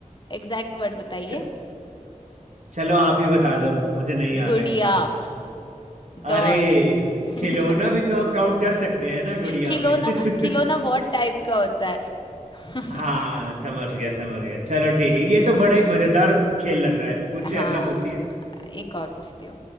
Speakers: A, on the left; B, on the right.
A: exact word बताइए
B: च- चलो आप ही बता दो मुझे नहीं आ
A: गुड़िया
B: रहा है इसका आंसर अरे
A: डॉल <laughs>
B: खिलौना भी तो आप काउंट कर सकते हैं ना गुड़िया
A: खिलौना
B: में <laughs>
A: खिलौना बहुत टाइप का होता है <laughs>
B: हाँ समझ गया समझ गया चलो ठीक है ये तो बड़ा ही मजेदार खेल लग रहा है पूछिए
A: हाँ
B: अगला पूछिए
A: एक और पूछती हूँ